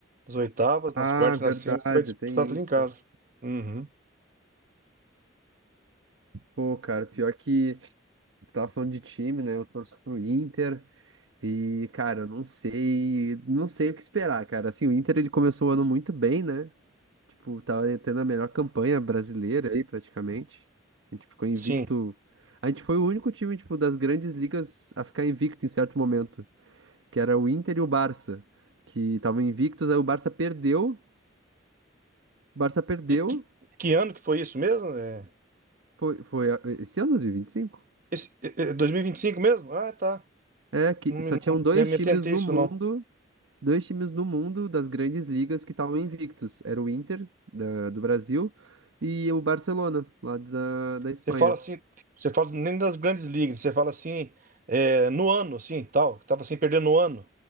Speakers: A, on the right; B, on the right.
A: Nas oitavas, nas
B: Ah,
A: quartas,
B: verdade,
A: nas semis, você vai disputar
B: tem
A: tudo
B: isso.
A: em casa. Uhum.
B: Pô, cara, pior que tu tava falando de time, né? Eu torço pro Inter e, cara, eu não sei, não sei o que esperar, cara. Assim, o Inter ele começou o ano muito bem, né? Tipo, tava tendo a melhor campanha brasileira aí, praticamente. A gente ficou invicto.
A: Sim.
B: A gente foi o único time, tipo, das grandes ligas a ficar invicto em certo momento. que era o Inter e o Barça, que estavam invictos, aí o Barça perdeu, o Barça perdeu,
A: E que, que ano que foi isso mesmo? É,
B: foi, foi a- esse ano 2025?
A: esse, é, é 2025 mesmo? Ah, tá.
B: É, que
A: Não me,
B: só tinham dois
A: não me
B: times
A: atentei
B: no
A: a isso,
B: mundo,
A: não.
B: dois times no mundo das grandes ligas que estavam invictos, era o Inter da- do Brasil e o Barcelona, lá da, da Espanha.
A: Você fala assim, você fala nem das grandes ligas, você fala assim, é, no ano, assim, tal, que tava sem perder no ano.